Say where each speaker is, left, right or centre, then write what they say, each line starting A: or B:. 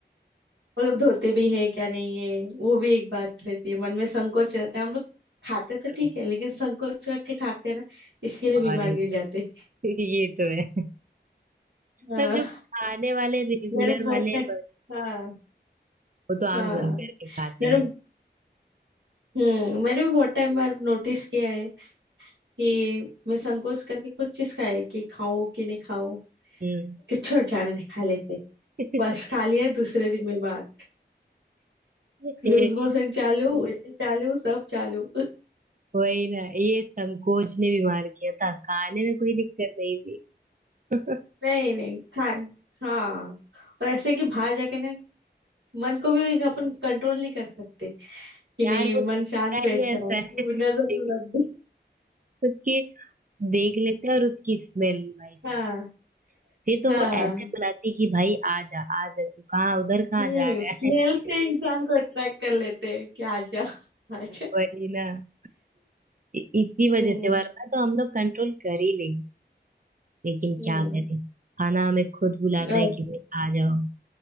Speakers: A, on the right; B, on the right.
A: वो लोग धोते भी है क्या नहीं है वो भी एक बात रहती है मन में संकोच रहता है हम लोग खाते तो
B: अरे
A: ठीक है लेकिन संकोच रख के खाते हैं ना इसके लिए
B: हाँ
A: बीमार
B: नहीं
A: गिर
B: तो
A: जाते हैं।
B: <laughs> ये तो है
A: हाँ
B: पर जो खाने वाले रेगुलर
A: मेरे बहुत
B: वाले
A: टाइम
B: बन-
A: हाँ
B: वो तो आंख
A: हाँ
B: बंद करके खाते
A: मेरे
B: हैं
A: हम्म मैंने भी बहुत टाइम बार नोटिस किया है कि मैं संकोच करके कुछ चीज खाए कि खाओ कि नहीं खाओ
B: हम्म
A: कि छोड़ जाने दे खा लेते
B: <laughs>
A: बस खा लिया दूसरे दिन बीमार
B: ये
A: लूज मोशन चालू उल्टी चालू सब चालू
B: वही ना ये संकोच ने बीमार किया था खाने में कोई दिक्कत नहीं थी <laughs>
A: नहीं नहीं खान हाँ और ऐसे कि बाहर जाके ना मन को भी अपन कंट्रोल नहीं कर सकते कि नहीं
B: यार वो दिखता
A: मन शांत बैठ
B: ही
A: जाओ
B: ऐसा है
A: नजर में मत
B: <laughs>
A: दे
B: उसकी देख लेते हैं और उसकी स्मेल भाई साहब
A: हाँ
B: फिर तो
A: हाँ
B: वो ऐसे बुलाती कि भाई आ जा आ जा तू कहाँ उधर कहाँ
A: हम्म
B: जा रहा
A: स्मेल
B: है
A: से इंसान को अट्रैक्ट कर लेते हैं कि आ जा आ जा
B: वही ना इ- इसी
A: हम्म
B: वजह से वरना तो हम लोग कंट्रोल कर ही लेंगे लेकिन
A: हम्म
B: क्या करें खाना हमें खुद बुलाता
A: और-
B: है कि भाई आ जाओ